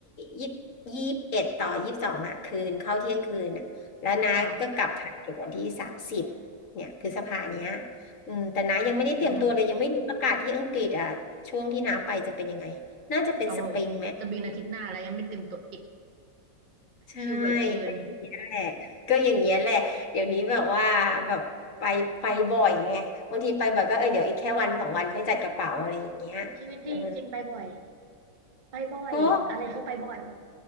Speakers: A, on the left (about 55°); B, on the right (about 40°).
A: ยี่ยี่สิบเอ็ดต่อยี่สิบสองอ่ะคืนเข้าเที่ยงคืนอ่ะแล้วนาก็กลับไทยถึงวันที่สามสิบ
B: ค่ะ
A: เนี่ยพฤษภาเนี้ยอืมแต่นายังไม่ได้เตรียมตัวเลยยังไม่รู้อากาศที่อังกฤษอ่ะช่วงที่นาไปจะเป็นยังไงน่าจะเป็นสปริงไหม
B: อืมโอ้โห จะบินอาทิตย์หน้าแล้วยังไม่เต็มตัวอีก
A: ใช่
B: ชิลเหลือเกิน
A: ก็อย่างเงี้ยแหละก็อย่างเงี้ยแหละเดี๋ยวนี้แบบว่าแบบไปไปบ่อยไงบางทีไปบ่อยก็เออเดี๋ยวอีกแค่วันสองวันค่อยจัดกระเป๋าอะไรอย่างเงี้ยเออ
B: ชีวิตดีจริงๆไปบ่อย ไปบ่อยอะไรคือไปบ่อย
A: ก็